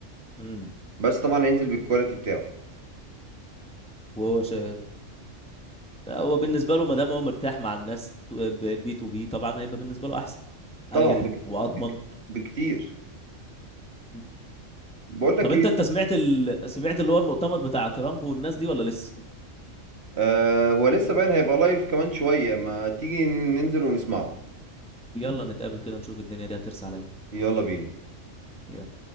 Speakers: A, in the centre; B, on the right.
A: امم
B: بس طبعا هينزل بالكواليتي بتاعه
A: وهو شا... هو بالنسبة له ما دام هو مرتاح مع الناس بي تو بي طبعا هيبقى بالنسبة له أحسن
B: طبعا
A: أريح
B: بك
A: وأضمن
B: بك بكتير
A: مم.
B: بقول لك
A: طب أنت
B: ايه
A: أنت سمعت ال... سمعت اللي هو المؤتمر بتاع ترامب والناس دي ولا لسه؟
B: آه هو لسه باين هيبقى لايف كمان شوية ما تيجي ننزل ونسمعه
A: يلا نتقابل كده نشوف الدنيا دي هترسى على إيه
B: يلا بينا
A: يلا